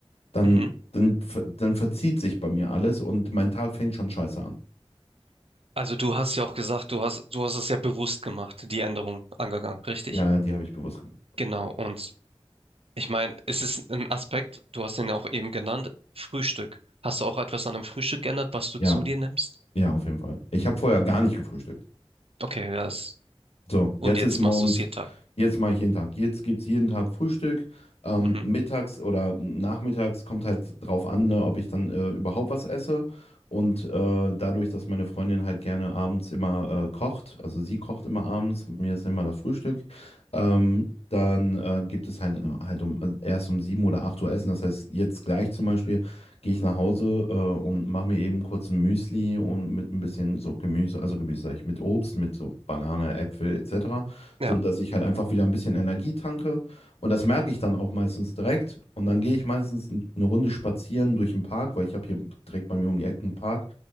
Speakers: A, on the left; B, on the right.
A: dann,
B: Mhm.
A: dann, ver- dann verzieht sich bei mir alles und mein Tag fängt schon scheiße an.
B: Also du hast ja auch gesagt, du hast, du hast es ja bewusst gemacht, die Änderung angegangen, richtig?
A: Ja, die habe ich bewusst gemacht.
B: Genau. Und ich meine, es ist ein Aspekt, du hast ihn ja auch eben genannt, Frühstück. Hast du auch etwas an dem Frühstück geändert, was du
A: Ja,
B: zu dir nimmst?
A: ja, auf jeden Fall. Ich habe vorher gar nicht gefrühstückt.
B: Okay, ja, das.
A: So, jetzt
B: Und jetzt
A: ist morgens,
B: machst du es jeden Tag.
A: jetzt mache ich jeden Tag. Jetzt gibt es jeden Tag Frühstück. Ähm,
B: Mhm.
A: mittags oder nachmittags kommt halt drauf an, ne, ob ich dann äh, überhaupt was esse. Und äh, dadurch, dass meine Freundin halt gerne abends immer äh, kocht, also sie kocht immer abends, bei mir ist immer das Frühstück, ähm, dann äh, gibt es halt, äh, halt um, also erst um 7 oder 8 Uhr Essen. Das heißt, jetzt gleich zum Beispiel gehe ich nach Hause äh, und mache mir eben kurz ein Müsli und mit ein bisschen so Gemüse, also Gemüse sag ich, mit Obst, mit so Banane, Äpfel etc.,
B: Ja.
A: so dass ich halt einfach wieder ein bisschen Energie tanke und das merke ich dann auch meistens direkt und dann gehe ich meistens n- eine Runde spazieren durch den Park, weil ich habe hier direkt bei mir um die Ecke einen Park